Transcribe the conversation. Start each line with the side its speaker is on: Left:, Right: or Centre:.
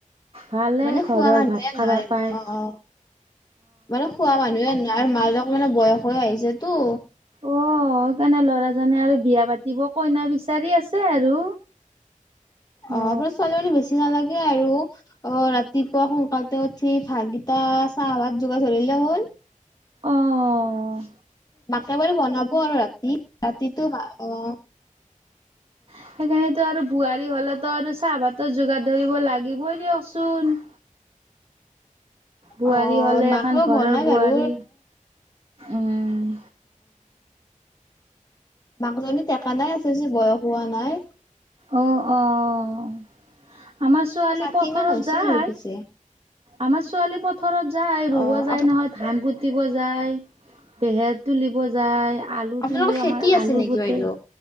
Right: ভালে
Left: মানে খোৱা
Right: ঘৰৰ
Left: মানুহে
Right: ভাত খাবা
Left: নাই
Right: পাই।
Left: অ অ মানে খোৱা মানুহে নাই, মাক অকমান বয়স হৈ আহিছেটো।
Right: অঁ সেইকাৰণে ল'ৰাজনে আৰু বিয়া পাতিব কইনা বিচাৰি আছে আৰু।
Left: অঁ
Right: অ
Left: আপোনাৰ ছোৱালীজনী বেছি নালাগে আৰু। অঁ ৰাতিপুৱা সোনকালতে উঠি ভূতকেইটাই চাহ ভাত যোগাৰ ধৰিলে হ'ল।
Right: অঁ।
Left: মাকে বাৰু বনাব আৰু ৰাতি ৰাতিটো আঁহ।
Right: সেইকাৰণেটো আৰু বোৱাৰী হ'লে টো আৰু চাহভাতৰ যোগাৰ ধৰিব লাগিবই দিয়কচোন।
Left: <inaudible>
Right: বোৱাৰী
Left: অ
Right: হ'লে
Left: মাকেও
Right: এখন ঘৰৰ
Left: বনাই
Right: বোৱাৰী,
Left: বাৰু
Right: উম
Left: মাক জনী টেকা নাই আছিল যে বয়স হোৱা নাই।
Right: অঁ অঁ আমাৰ ছোৱালী
Left: ষাঠি
Right: পথাৰত
Left: মান হৈছিল
Right: যায়,
Left: পিছে
Right: আমাৰ ছোৱালী পথাৰত যায় ৰুব
Left: অ
Right: যায়
Left: আপ
Right: নহয় ধান পুতি ব যায়, পেহে তুলিব যায়, আলু
Left: আপোনালোকৰ
Right: তুলি,
Left: খেতি
Right: আমাৰ
Left: আছে
Right: আলু
Left: নেকি
Right: গতে
Left: বাইদেউ